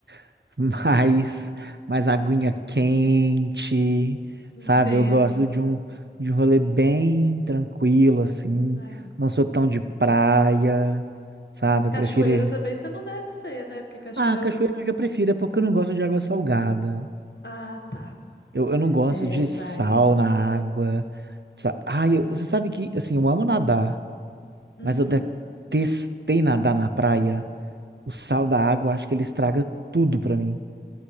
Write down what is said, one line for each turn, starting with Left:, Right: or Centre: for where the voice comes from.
Right: <laughs> mais, mais aguinha quente,
Left: Entendo.
Right: sabe? Eu gosto de um, de um rolê bem tranquilo, assim.
Left: Ai,
Right: Não sou tão de praia, sabe? Eu
Left: cachoeira
Right: prefiro.
Left: também você não deve ser, né, porque cachoeirão...
Right: Ah, cachoeira eu já prefiro, é porque eu não gosto de água salgada.
Left: Ah, tá.
Right: Eu, eu não gosto
Left: É,
Right: de
Left: praia
Right: sal
Left: mesmo.
Right: na água. sa- Ah, eu- você sabe que, assim, eu amo nadar.
Left: Hum,
Right: Mas eu detestei nadar na praia. O sal da água, acho que ele estraga tudo pra mim.